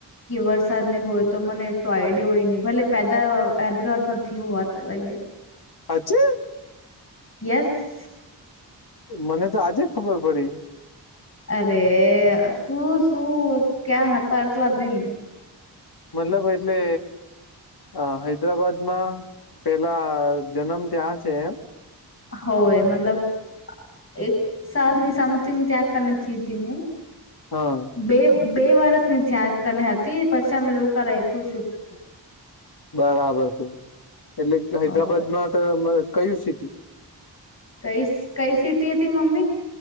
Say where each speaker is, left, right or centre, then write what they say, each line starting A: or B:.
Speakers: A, on the left; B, on the left.
A: કે વરસાદ ને હોય તો મને એટલોું આઈડયો હોય નહી ભલે <unintelligible> માંથી હું વાત અ લાગે.
B: હજી.
A: યસ.
B: મને તો આજે ખબર પડી.
A: અરે શું શું ક્યાં હતા આટલા દિન.
B: મતલબ એટલે અ હૈદરાબાદમાં પેલા જનમ ત્યાં છે એમ.
A: હોવે મતલબ એક સાલની સમથિંગ ત્યાં કન જ જેતી હું
B: હા
A: બે બે વરષ ની ત્યાં કન હતી પછી અમે લોકો રાયપુર શિફ્ટ થયા
B: બરાબર છે એટલે
A: થયા
B: હૈદરાબાદમાં તો કયું સીટ
A: કઈ કઈ સીટ હતી મમ્મી.